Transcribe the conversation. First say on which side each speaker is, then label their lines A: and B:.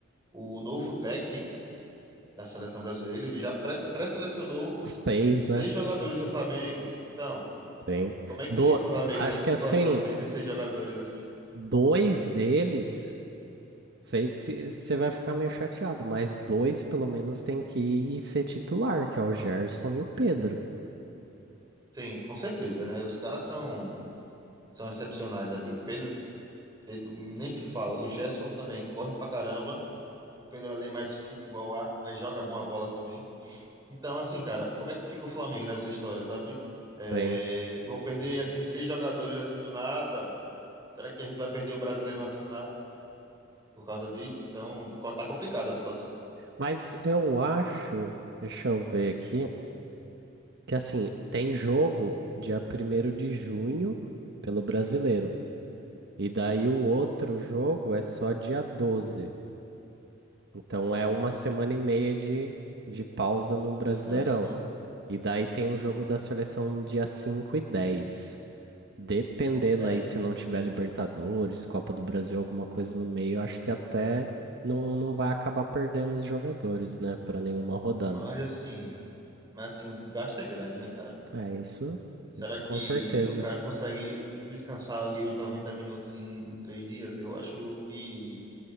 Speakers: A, on the right; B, on the right.
A: o novo técnico da seleção brasileira, ele já pré- pré-selecionou
B: Seis,
A: seis
B: né?
A: jogadores do Flamengo. Então,
B: Sim.
A: como é que
B: Do...
A: fica o Flamengo
B: Acho
A: nessa
B: que
A: situação?
B: assim,
A: Perder seis jogadores assim?
B: dois deles, sei que você vai ficar meio chateado, mas dois pelo menos tem que ir ser titular, que é o Gerson e o Pedro.
A: Sim, com certeza, né? Os caras são, são excepcionais ali. O Pedro, Pedro nem se fala, o Gerson também corre pra caramba. O Pedro Ale é mais futebol arte, mas joga bom a bola também. Então, assim, cara, como é que fica o Flamengo nessa história, sabe? É,
B: Sim.
A: vão perder, assim, seis jogadores assim do nada. Será que a gente vai perder o Brasileirão assim do nada por causa disso? Então, co- tá complicada a situação.
B: Mas eu acho, deixa eu ver aqui, que assim, tem jogo dia primeiro de junho pelo Brasileiro. E daí o outro jogo é só dia 12. Então é uma semana e meia de, de pausa no Brasileirão.
A: Descansa, né?
B: E daí tem o
A: Sim.
B: jogo da seleção dia 5 e 10. Dependendo
A: É,
B: aí se não tiver Libertadores, Copa do Brasil, alguma coisa no meio, eu acho que até não, não vai acabar perdendo os jogadores, né, para nenhuma rodada.
A: mas assim, mas assim, o desgaste é grande, né, cara?
B: É isso,
A: Será
B: isso
A: que
B: com certeza.
A: o cara consegue descansar ali os 90 minutos em, em três dias? Eu acho que